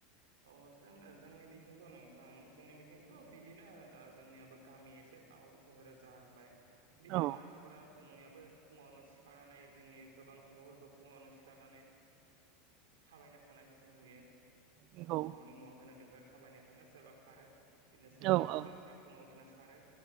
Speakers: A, on the right (about 85°); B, on the right (about 55°).
A: अ जोंनो जोंनि बिथिंथ' नोंथां जोंनि बिथिंथ' बिदिनो दा जोंनियाबो गामि एसे टाउन सोहोर जाहांबाय बिदिनो
B: औ
A: मानसिफोरा जोंनियाबो फुंङावनो सिखारनानै जोंनि गोबां सुबुंफोरखौ फुंङावनो सिखारनानै थाबायनो थांनायखौ जों नुयो
B: नंगौ
A: मरर्निं अवक होनो बेखौ थाबायनो थांङो सोरबा खारो बिदिनो सेंग्रा
B: औ
A: सिख्लाफोरा
B: औ
A: फुंङाव उथिना खारो